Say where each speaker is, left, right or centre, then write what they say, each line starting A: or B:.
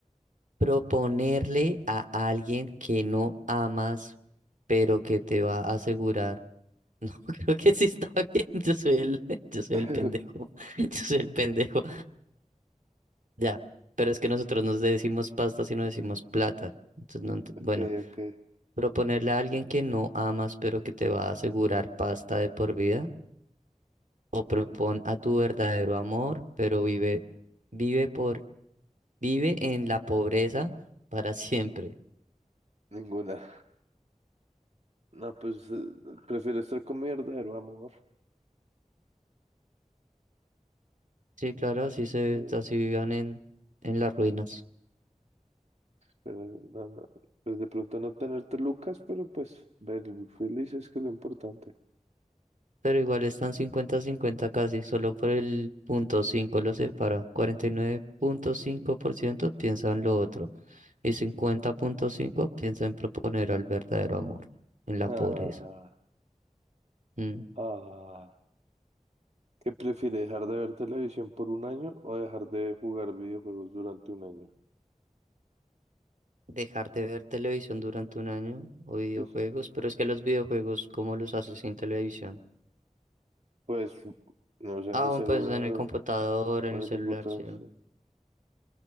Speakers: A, on the right (about 70°); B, on the right (about 55°).
A: Proponerle a alguien que no amas, pero que te va a asegurar Creo que sí está <laughs> bien. Yo soy el, <laughs> yo soy
B: <laughs>
A: el pendejo. <laughs> Yo soy el pendejo. Ya, pero es que nosotros nos decimos pasta, si no decimos plata. Entonces, no, ent-
B: Ok,
A: bueno,
B: ok.
A: proponerle a alguien que no amas, pero que te va a asegurar pasta de por vida, o propon a tu verdadero amor, pero vive, vive por, vive en la pobreza para siempre.
B: Ninguna. No, pues eh, prefiero estar con mi verdadero amor.
A: Sí, claro, así se,
B: sí,
A: así vivan en, en las ruinas.
B: pero no, no, pues de pronto no tenerte Lucas, pero pues ver felices que es lo importante.
A: Pero igual están cincuenta cincuenta casi, solo por el punto 5 lo separa. 49.5% piensa en lo otro y 50.5% piensa en proponer al verdadero amor, en la
B: Ah,
A: pobreza. Mm.
B: ah. ¿Qué prefiere, dejar de ver televisión por un año o dejar de jugar videojuegos durante un año?
A: Dejar de ver televisión durante un año o videojuegos,
B: Pues, sí.
A: pero es que los videojuegos, ¿cómo los haces sin televisión?
B: pues no sé, en
A: Ah,
B: el
A: bueno,
B: celular
A: pues en el
B: o
A: computador,
B: o
A: en el
B: en
A: celular,
B: el computador.
A: sí, Yo no-
B: sí.